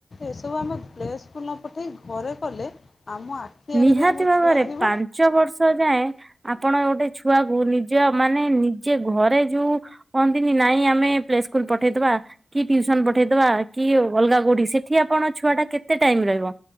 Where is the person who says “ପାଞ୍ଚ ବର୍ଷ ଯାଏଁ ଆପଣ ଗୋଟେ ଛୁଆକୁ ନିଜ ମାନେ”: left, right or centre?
Right